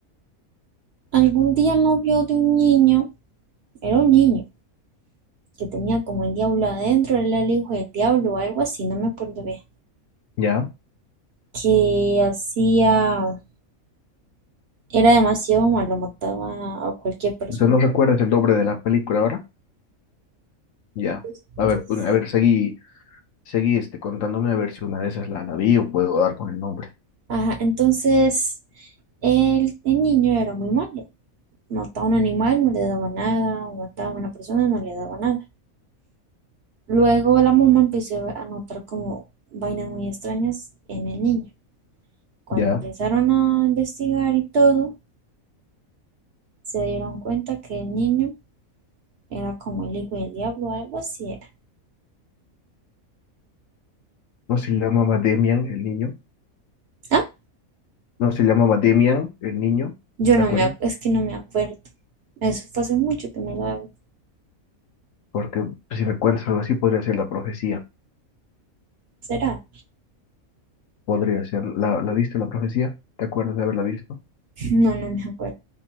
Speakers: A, on the right; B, on the left.
A: Algún día no vio de un niño, era un niño, que tenía como el diablo adentro, él era el hijo del diablo o algo así, no me acuerdo bien.
B: ¿ya?
A: Que hacía, era demasiado malo, mataba a cualquier persona.
B: usted ¿no recuerda el nombre de la película ahora? Ya.
A: Entonces,
B: A ver, pues, a ver, seguí Seguí este, contándome a ver si una de esas la, la vi o puedo dar con el nombre.
A: Ajá, entonces el, el niño era muy malo. mataba a un animal, no le daba nada, o mataba a una persona, no le daba nada. Luego la mamá empezó a notar como vainas muy extrañas en el niño. Cuando
B: Ya,
A: empezaron a investigar y todo, se dieron cuenta que el niño era como el hijo del diablo, algo así era.
B: no se llamaba Demian el niño,
A: Ah,
B: no se llamaba Demian el niño,
A: yo
B: ¿te
A: no
B: acuerdas?
A: me, es que no me acuerdo. Eso fue hace mucho que me lo
B: Porque si me cuentas algo así, podría ser la profecía,
A: ¿Será?
B: podría ser, ¿la, la viste la profecía? ¿Te acuerdas de haberla visto?
A: <laughs> No, no me acuerdo.